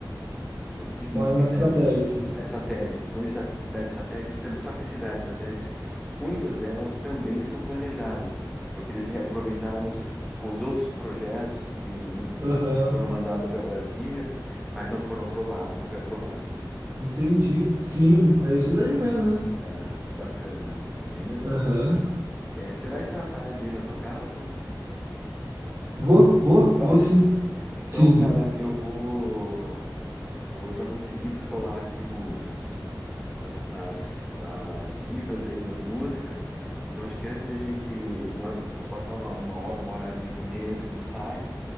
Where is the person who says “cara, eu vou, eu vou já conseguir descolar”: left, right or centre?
Centre